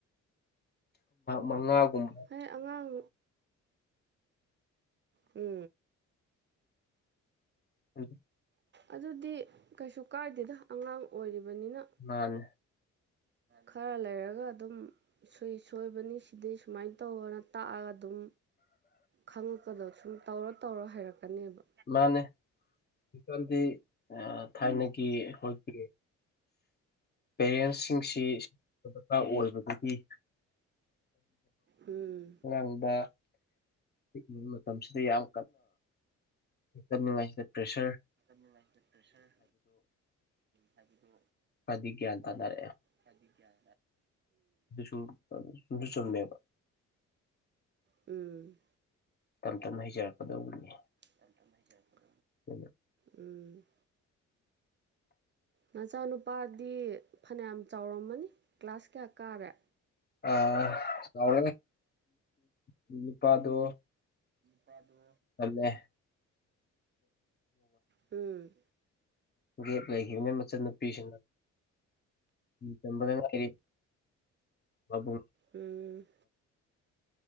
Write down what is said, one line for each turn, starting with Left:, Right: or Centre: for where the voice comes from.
Left: ꯃꯉꯥꯒꯨꯝꯕ
Right: ꯍꯣꯏ ꯑꯉꯥꯡ ꯍ
Left: ꯎꯝ
Right: ꯑꯗꯨꯗꯤ ꯀꯩꯁꯨ ꯀꯥꯏꯗꯦꯗ ꯑꯉꯥꯡ ꯑꯣꯏꯔꯤꯕꯅꯤꯅ
Left: ꯃꯥꯅꯦ
Right: ꯈꯔ ꯂꯩꯔꯒ ꯑꯗꯨꯝ ꯁꯨꯏ ꯁꯣꯏꯕꯅꯤ ꯁꯤꯗꯤꯩ ꯁꯨꯃꯥꯏꯅ ꯇꯧ ꯇꯥꯛꯑꯒ ꯑꯗꯨꯝ ꯈꯪꯉꯛꯄꯗ ꯁꯨꯝ ꯇꯧꯔ ꯇꯧꯔ ꯍꯩꯔꯛꯀꯅꯦꯕ
Left: ꯃꯥꯅꯦ ꯍꯧꯖꯤꯀꯥꯟꯗꯤ ꯊꯥꯏꯅꯒꯤ ꯑꯩꯈꯣꯏꯒꯤ ꯄꯦꯔꯦꯟꯁꯁꯤꯡꯁꯤ ꯗꯔꯀꯥꯔ ꯑꯣꯏꯕꯗꯒꯤ
Right: ꯎꯝ
Left: ꯑꯉꯥꯡꯕ ꯄꯤꯛꯂꯤꯉ ꯃꯇꯝꯁꯤꯗ ꯌꯥꯝ ꯀꯟꯅꯝꯉꯥꯏꯁꯤꯗ ꯄ꯭ꯔꯦꯁ
Right: ꯅꯨꯡꯉꯥꯏꯇ ꯄ꯭ꯔꯦꯁꯔ ꯍꯥꯏꯕꯗꯣ
Left: ꯀꯗꯤꯒꯦꯌꯥ ꯇꯅꯔꯦ
Right: ꯆꯗꯤꯔꯦ
Left: ꯁꯨ ꯆꯟꯃꯦꯕ
Right: ꯎꯝ
Left: ꯇꯞ ꯇꯞꯅ ꯍꯩꯖꯔꯛꯀꯗꯧꯕꯅꯤ
Right: ꯁꯇ ꯆꯄ
Left: ꯎ
Right: ꯎꯝ ꯅꯆꯥꯅꯨꯄꯥꯗꯤ ꯐꯅꯌꯥꯝ ꯆꯥꯎꯔꯝꯃꯅꯤ ꯀ꯭ꯂꯥꯁ ꯀꯌꯥ ꯀꯥꯔꯦ
Left: ꯑ ꯆꯥꯎꯔꯦ ꯅꯨꯄꯥꯗꯣ
Right: ꯄꯥ ꯑꯗꯨ
Left: ꯑꯂꯦ
Right: ꯎꯝ
Left: ꯒꯦꯞ ꯂꯩꯈꯤꯕꯅ ꯃꯆꯟꯅꯨꯄꯤꯁꯤꯡꯅ ꯇꯝꯕꯗ ꯉꯥꯏꯔꯤ ꯃꯕꯨꯡ
Right: ꯎꯝ